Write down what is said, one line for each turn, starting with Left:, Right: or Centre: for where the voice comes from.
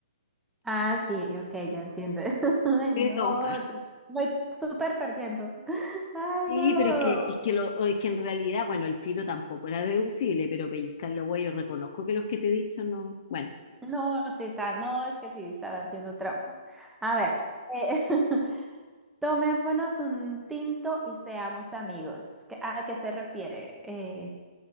Centre: Ah, sí, ok, ya entiendo eso. <laughs> Ay,
Left: Te
Centre: no,
Left: toca.
Centre: yo voy súper perdiendo. <laughs> Ay,
Left: Sí,
Centre: no.
Left: pero es que, es que, lo, o es que en realidad, bueno, el filo tampoco era deducible, pero pellizcar la huella, yo reconozco que los que te he dicho no. Bueno,
Centre: No, sí está, no, es que sí está haciendo trampa. A ver, eh, <laughs> Tomémonos un tinto y seamos amigos. ¿Qué- ¿A qué se refiere? Eh,